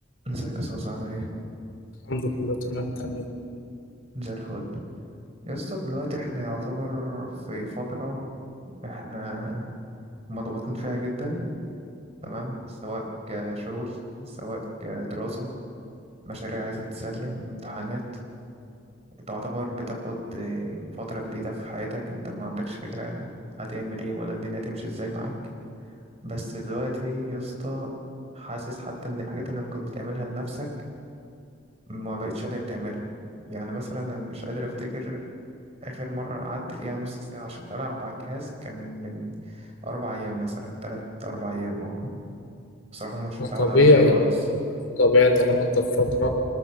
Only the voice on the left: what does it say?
الحمد لله تمام تمام
ما
طبيعي
طبيعي طالما انت في فترة